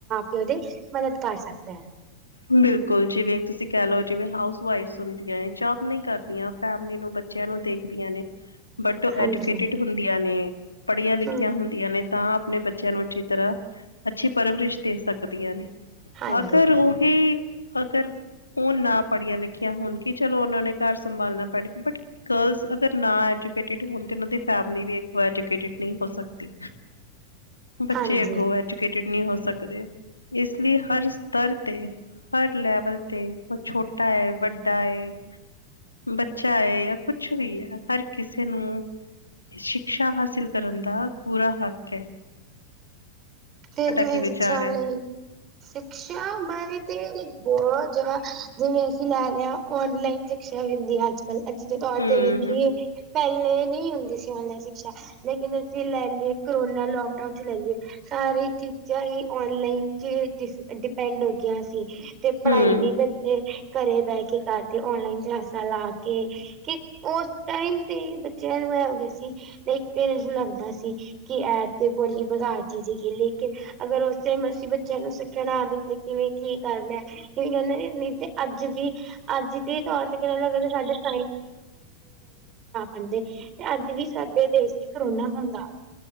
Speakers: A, on the right; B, on the left.
A: -ਪਿਓ ਦੀ ਮਦਦ ਕਰ ਸਕਦਾ
B: ਬਿਲਕੁਲ ਜਿਵੇਂ ਤੁਸੀਂ ਕਹਿ ਲਓ, ਜਿਵੇਂ ਹਾਊਸ ਵਾ ਵਾਈਫ ਹੁੰਦੀਆਂ, ਜੋਬ ਨਹੀਂ ਕਰਦੀਆਂ ਫੈਮਿਲੀ ਨੂੰ ਚੱਲੋ ਨੂੰ ਦੇਖਦੀਆਂ ਨੇ ਬਟ
A: ਹਾਂਜੀ
B: ਐਜੂਕੇਟਿਡ ਹੁੰਦੀਆਂ ਨੇ, ਪੜ੍ਹੀਆਂ ਲਿਖੀਆਂ
A: ਹਮ
B: ਹੁੰਦੀਆਂ ਨੇ ਤਾਂ ਆਪਣੇ ਬੱਚਿਆਂ ਨੂੰ, ਅੱਛੀ ਤਰ੍ਹਾਂ ਅੱਛੀ ਪਰਵਰਿਸ਼ ਦੇ ਸਕਦੀਆਂ ਨੇ,
A: ਹਾਂਜੀ
B: ਅਗਰ ਉਹ ਕਿ ਅਗਰ, ਉਹ ਨਾ ਪੜ੍ਹੀਆਂ ਲਿਖੀਆਂ ਹੋਣ ਕੀ, ਚਲੋ ਉਹਨਾਂ ਨੇ ਘਰ ਸੰਭਾਲਣਾ ਪੜਕ ਬਟ, ਗਰਲਸ ਅਗਰ ਨਾ ਐਜੂਕੇਟਿਡ ਹੋਣ, ਤੇ ਉਨ੍ਹਾਂ ਦੀ ਫੈਮਿਲੀ ਵੀ ਵੇਖੋ ਐਜੂਕੇਟਿਡ ਨਹੀਂ ਹੋ ਸਕਦੀ ਬੱਚੇ
A: ਹਾਂਜੀ
B: ਅੱਗੋਂ, ਐਜੂਕੇਟਿਡ ਨਹੀਂ ਹੋ ਸਕਦੇ, ਇਸ ਲਈ ਹਰ ਸਤਰ ਹਰ ਲੈਵਲ ਤੇ, ਉਹ ਛੋਟਾ ਏ, ਵੱਡਾ ਏ ਬੱਚਾ ਹੈ, ਜਾਂ ਕੁਛ ਵੀ ਏ, ਹਰ ਕਿਸੇ ਨੂੰ ਸ਼ਿਕਸ਼ਾ, ਹਾਸਿਲ ਕਰਨ ਦਾ, ਪੂਰਾ ਹੱਕ ਐ
A: ਫੇਸ ਵੇਸ
B: ਕੀ ਵਿਚਾਰ
A: ਚਾਲੀ
B: ਹੈ?
A: ਸ਼ਿਕਸ਼ਾਰੇ ਤੇ ਬਹੁਤ ਜਵਾ, ਜਿਵੇਂ ਅਸੀਂ ਲੈ ਲਿਆ ਔਨਲਾਈਨ ਸ਼ਿਕਸ਼ਾ ਹੁੰਦੀ ਏ, ਅੱਜ -ਕੱਲ ਅੱਜ ਦੇ, ਤੌਰ
B: ਹੂੰ,
A: ਤੇ ਵੇਖੀਏ
B: ਹੂੰ,
A: ਪਹਿਲੇ ਨਹੀਂ, ਹੁੰਦੀ ਸੀ ਔਨਲਾਈਨ ਸ਼ਿਕਸ਼ਾ ਲੇਕਿਨ ਅਸੀ ਲੈ ਲਈਏ ਕਰੋਨਾ, ਲੋਕ ਡਾਊਨ ਚ ਲਈਏ ਸਾਰੇ ਚੀਜ਼ਾਂ ਓਨਲਾਈਨ ਚ ਡਿਪੈਂਡ ਹੋ, ਗਈਆਂ ਸੀ। ਤੇ ਪੜ੍ਹਾਈ
B: ਹੂੰ
A: ਵੀ ਬੱਚੇ ਘਰੇ ਬਹਿ ਕੇ, ਕਰਦੇ ਔਨਲਾਈਨ, ਕਲਾਸਾਂ ਲਾ ਕੇ ਕਿ ਉਸ ਟਾਈਮ ਤੇ ਬੱਚਿਆਂ ਨੂੰ ਨਵਉਂਦੇ ਸੀ ਇੱਕ ਪੇਰੈਂਟਸ ਨੂੰ ਲੱਗਦਾ ਸੀ। ਕੀ ਐ ਤੇ ਬੋਲੀ ਵਿਗਾੜ ਜੀ -ਜੀ ਜੀ ਲੇਕਿਨ ਅਗਰ ਉਸ ਟਾਈਮ ਅਸੀਂ ਬੱਚਿਆਂ ਨੂੰ ਸਿੱਖਆ ਨਾ ਦਿੰਦੇ, ਕਿਵੇਂ ਕੀ ਕਰਨਾ ਕਈ ਕਹਿੰਦੇ ਨੇ, ਨਹੀਂ ਤੇ ਅੱਜ ਦੀ ਅੱਜ ਦੇ ਤੌਰ ਤੇ, <inaudible> ਹ ਲੱਗ ਸਾਡੇ ਸਾਇ ਮੈਡੀ ਵਗ ਹਾਂਜੀ, ਤੇ ਅੱਜ ਵੀ ਸਾਡੇ ਦੇਸ਼ ਚ ਕਰੋਨਾ ਹੁੰਦਾ